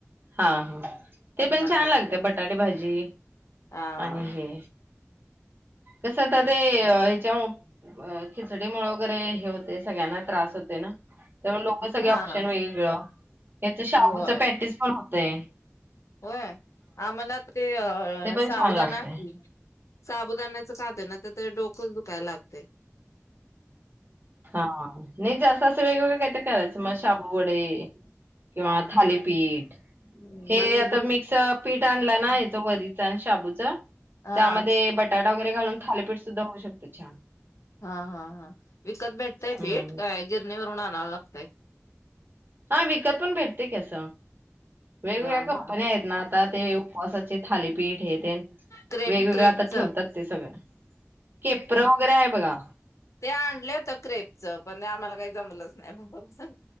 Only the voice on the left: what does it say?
बनवत
कधी.
हा
हा
होय.
होय, आम्हाला ते अ
साबूदाना
साबुदाण्याच खातोय नायतर ते डोकच दुखाय लागतंय.
हम्म
मग ते
ब-
हा
हा हा हा विकत भेटतय
पीठ काय गिरणीवरूनआन नाव लागतय.
हा
हा
क्रेप
क्रेपच
ते आणले होत क्रेपचं पण आम्हाला काही मलाच नाही बा सां